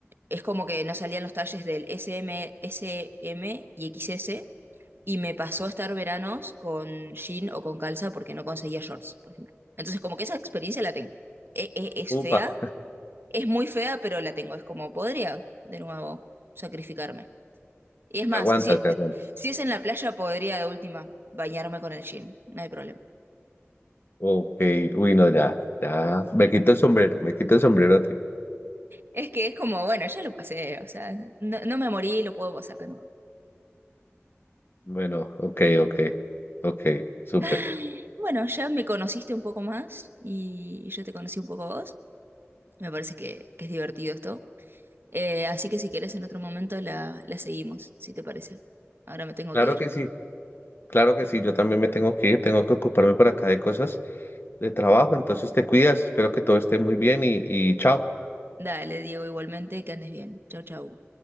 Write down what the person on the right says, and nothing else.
es como que no salían los talles del S M S M y X S y me pasó a estar veranos con jean o con calza porque no conseguía shorts, por ejemplo. Entonces, como que esa experiencia la tengo. E- e- es
fea, es muy fea, pero la tengo. Es como, podría, de nuevo, sacrificarme. Y es más,
si,
si es en la playa, podría de última bañarme con el jean, no hay problema.
Es que es como, bueno, ya lo pasé, o sea, no, no me morí, lo puedo pasar de nuevo.
<sighs>
Ay, Bueno, ya me conociste un poco más y yo te conocí un poco a vos. Me parece que, que es divertido esto. Eh, así que si querés en otro momento la, la seguimos, si te parece. Ahora me tengo
que ir.
Dale, Diego, igualmente, que andes bien. Chau, chau.